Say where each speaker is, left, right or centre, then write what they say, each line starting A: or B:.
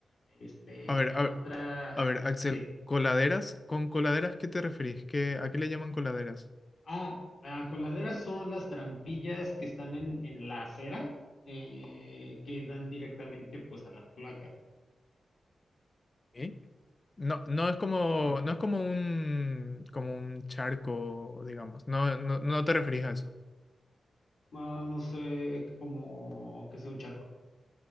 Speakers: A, on the left; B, on the left.
A: Este,
B: A ver,
A: en
B: a ver,
A: otra,
B: a ver, Axel,
A: que,
B: ¿coladeras? ¿Con coladeras qué te referís? ¿Qué, a qué le llaman coladeras?
A: ah, ah, coladeras son las trampillas que están en, en la acera, eh, que dan directamente pues a las placas.
B: ¿Eh? No, no es como,
A: Ah,
B: no es como un, como un charco, digamos. No, no, no te referís a eso.
A: ah, no sé, cómo que sea un charco.